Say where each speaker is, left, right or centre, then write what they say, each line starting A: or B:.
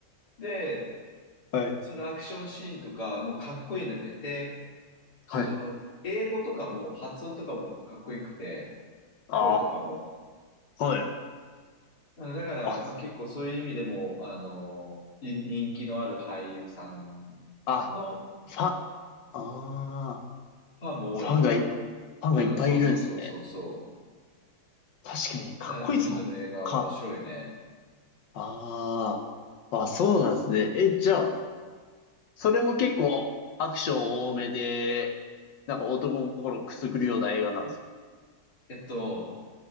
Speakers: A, on the left (about 60°); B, on the left (about 80°).
A: う。で、
B: はい。
A: そのアクションシーンとか、もうかっこいいんだって。で、その、
B: はい。
A: 英語とかも、発音とかもかっこよくて、
B: あ
A: 声とかも。
B: あ。はい。
A: うんだから、
B: あ、
A: まあ、結構そういう意味でも、あの、い人気のある俳優さん
B: あ、
A: の
B: ファ、ああ。
A: ファンも多い。
B: ファンがい、ファンがいっぱいいるんですね。
A: うん、そうそうそうそうそ
B: 確かに、かっこいいですもん。
A: う。うんあの人の映画は面白いね。
B: か、ああ、あ、そうなんですね。え、じゃあ、それも結構アクション多めで、なんか男心くすぐるような映画なんですか
A: えっと、